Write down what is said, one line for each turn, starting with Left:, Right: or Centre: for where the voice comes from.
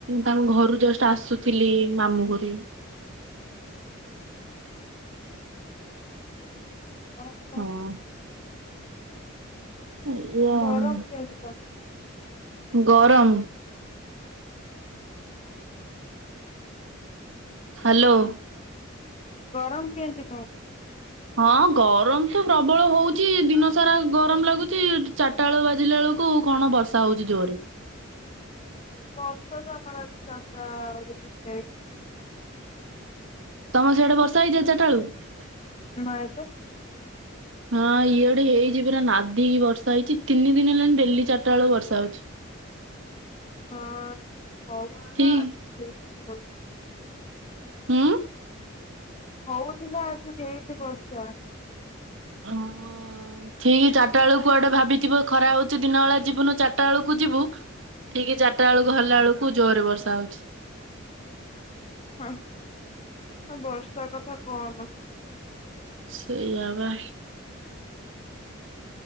Right: ତାଙ୍କ ଘରୁ ଜଷ୍ଟ ଆସୁଥିଲି ମାମୁଁ ଙ୍କ କତିକି
Left: <unintelligible>
Right: ହଁ
Left: <unintelligible>
Right: ଏଇଆ ଆଉ ଗରମ। ହ୍ୟାଲୋ।
Left: ଗରମ କେମିତ୍ କହ
Right: ହଁ ଗରମ ତ ପ୍ରବଳ ହଉଚ ଦିନ ସାରା ଗରମ ଲାଗୁଛି ଚାରିଟା ବେଳୁ ବାଜିଲା ବେଳକୁ କଣ ବର୍ଷା ହଉଛି ଜୋରେ
Left: <unintelligible> <unintelligible> <unintelligible>
Right: ତମ ସିଆଡେ ବର୍ଷା ହେଇଥିଲା ଚାରିଟା ବେଳକୁ?
Left: ନାଇଁ ତ।
Right: ହଁ ଇଆଡେ ହେଇଛି ପୁରା ନାଦିକି ବର୍ଷା ହେଇଛି ତିନି ଦିନି ହେଲାଣି ଡେଲି ଚାରିଟା ବେଳକୁ ବର୍ଷା ହଉଛି।
Left: ହଁ। <unintelligible>
Right: ଠିକ
Left: <unintelligible>
Right: ଉଁ।
Left: ହଉଥିଲା ଆଜି ଯେଏନ୍ତି ବର୍ଷା
Right: ଅ ହଁ ଠିକ ଚାରିଟା ବେଳକୁ କୁଆଡେ ଭାବିଥିବ ଖରା ହଉଛି ଦିନ ବେଳେ ଯିବୁନୁ ଚାରିଟା ବେଳକୁ ଯିବୁ। ଠିକ ଚାରିଟା ବେଳକୁ ବାହାରିଲା ବେଳକୁ ଜୋରରେ ବର୍ଷା ହଉଛି।
Left: ହଁ ହ ବ। ସା କଥା କହନା
Right: ସେଇଆବା।